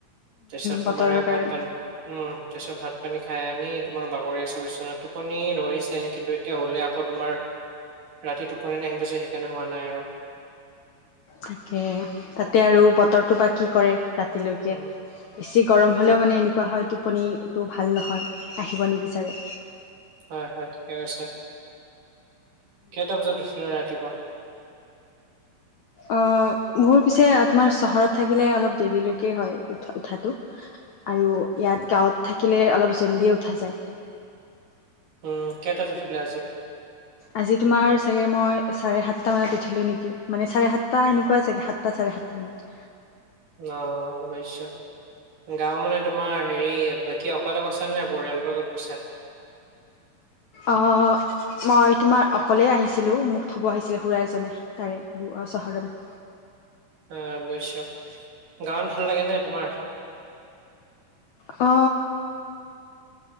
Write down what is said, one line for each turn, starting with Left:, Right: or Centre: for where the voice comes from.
Right: তাৰপিছত
Left: বতৰৰ
Right: তোমাৰ ভাত
Left: কাৰণে
Right: পানী উ। তাৰপিছত ভাত-পানী খাই আনি তোমাৰ বাগৰি আছ বিচনা, টোপনি ধৰিছে কিন্তু এতিয়া হ'লে আকৌ তোমাৰ ৰাতি টোপনি ন আহিব যে সেইকাৰণে সুৱা নাই আৰু।
Left: তাকে, তাতে আৰু বতৰটো বা কি কৰে ৰা ৰাতিলৈকে
Right: উম
Left: বেছি গৰম
Right: সেইটোৱে
Left: হলেও মানে এনেকুৱা হয় ত টোপনীটো ভাল নহয় আহিব নিবিচাৰে।
Right: হয় হয় ঠিকেই কৈছে। কেইটা বজাত উঠিলে ৰাতিপুৱা?
Left: অ মোৰ পিছে তোমাৰ চহৰত থাকিলে অলপ দেৰিলৈকে হয় উঠ-উঠাটো। আৰু ইয়াত গাঁৱত থাকিলে অলপ জল্ডিয়ে উঠা যায়।
Right: উম কেইটাত উঠিলা আজি?
Left: আজি তোমাৰ চাগে মই চাৰে সাতটা মানত উঠিলো নেকি, মানে চাৰে সাতটা এনেকুৱা চাগে সাতটা চ <inaudible>
Right: অ বুজিছো। গাঁও মানে তোমাৰ হেৰি বাকী অকল গৈছা নে পৰিয়ালৰ লগত গৈছা? <inaudible>
Left: অ মই তোমাৰ অকলে আহিছিলো, মোক থব আহিছিলে খু় এজনে তাৰে চহৰৰ। <inaudible>
Right: অ বুইছো গাৱন ভাল লাগে নে তোমাৰ?
Left: অ।